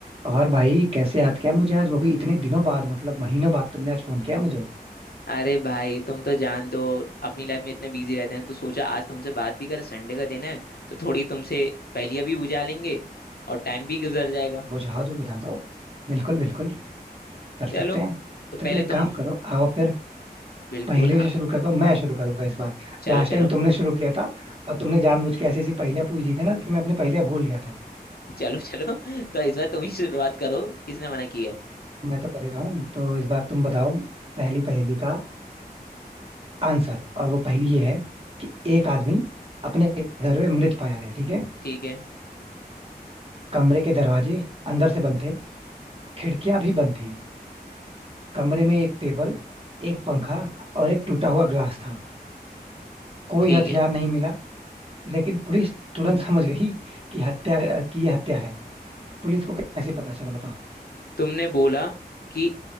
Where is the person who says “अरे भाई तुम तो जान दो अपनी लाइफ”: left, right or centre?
Left